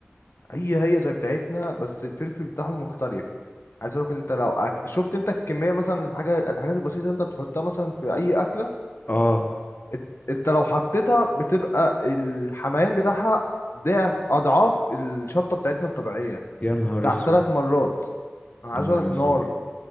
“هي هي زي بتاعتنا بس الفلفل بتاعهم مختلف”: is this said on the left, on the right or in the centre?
Left